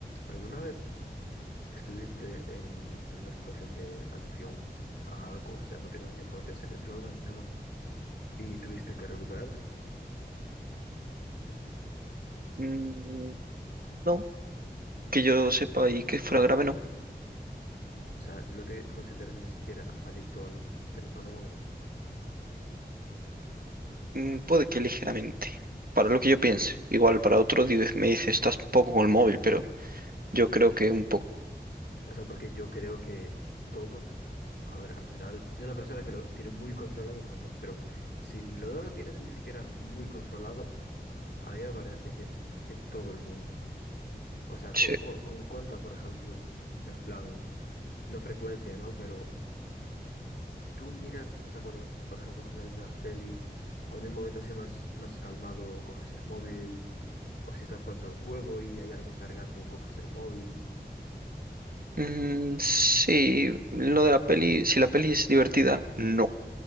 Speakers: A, on the left; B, on the right.
A: ¿Alguna vez estuviste en, en una situación de adicción a algo? O sea, no tienes ni por qué ser droga ni nada y tuviste que recuperarte.
B: Mm, no, que yo sepa y que fuera grave, no.
A: O sea, no te consideras ni siquiera adicto al teléfono móvil.
B: Mm, puede que ligeramente. Para lo que yo piense. Igual para otro di- me dice, estás poco con el móvil,
A: Ya,
B: pero yo creo que un poco.
A: O sea, porque yo creo que todos, a ver, al final, una persona que lo tiene muy controlado, no, no, pero si no lo tienes ni siquiera muy controlado, a mí me parece que, que todo el mundo. O sea,
B: Sí.
A: cu- cu- con cuánta, por ejemplo, en plan, no frecuencia, ¿no? Pero tú miras, o sea, cuando, por ejemplo, estás viendo una peli, cuando hay un momento así más, más calmado, coges el móvil, o si estás jugando un juego y hay algo cargando, coges el móvil.
B: Mm, sí, lo de la peli, si la peli es divertida, no.